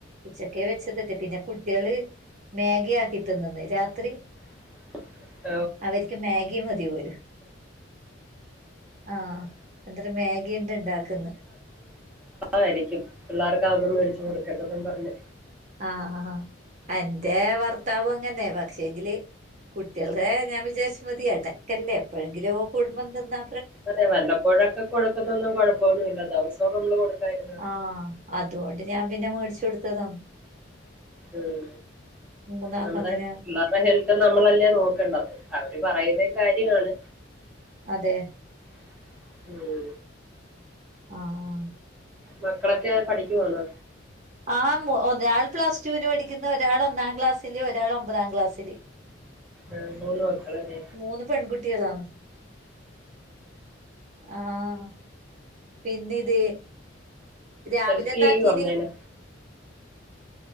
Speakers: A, on the right; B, in the centre.
A: ഉച്ചക്കെ വെച്ചത്തിട്ട് പിന്നെ കുട്ടികള് മാഗി ആക്കി തിന്നന്ന്. രാത്രി
B: <inaudible> <inaudible>
A: അവർക്ക് മാഗി മതി പോല് ആഹ് എന്നിട്ട് മാഗിണ്ട് ഇണ്ടാക്കുന്ന്
B: ആയിരിക്കും പിള്ളേർക്ക് അതൊന്നും മേടിച്ചു കൊടുക്കരുതന്നും പറഞ്ഞ്.
A: ആഹ ആ എന്റെ ഭർത്താവും അങ്ങനെ പക്ഷെങ്കില്. കുട്ടികള ഞാൻ വിചാരിച്ച മതി അടക്കല്ലേ എപ്പോഴെങ്കിലും കുടുംബം എന്തിന്നാ
B: അതെ വല്ലപ്പോഴൊക്കെ കൊടുക്കുന്നൊന്നും കൊഴപ്പൊന്നല്ല ദിവസവും നമ്മള് കൊടുക്കാരുന്ന
A: ആഹ അതുകൊണ്ട് ഞാൻ പിന്നെ മേടിച്ചു കൊടുത്തേക്കും.
B: ഉം
A: മൂന്നാക്കും
B: നമ്മടെ
A: അങ്ങനെ
B: പിള്ളേർ ഹെൽത്ത് നമ്മളല്ലേ നോക്കണ്ട അവര് പറയുന്ന കാര്യമാണ്.
A: അതെ
B: ഉം
A: ആഹ്
B: മക്കളൊക്കെ പഠിക്കുവാണോ
A: ആഹ്മൊ ഒരാൾ പ്ലസ് ടുവിന് പഠിക്കുന്നു ഒരാൾ ഒന്നാം ക്ലാസ്സില് ഒരാൾ ഒമ്പതാം ക്ലാസ്സില്
B: ആഹ് മൂന്ന് മക്കളന്നെ
A: മൂന്ന് പെൺകുട്ടിയളാണ്. ആഹ് പിന്നെ ഇത് രാവിലെ
B: ഹെൽപ്
A: എന്താക്കീന്?
B: ചെയ്യോ അമ്മേനെ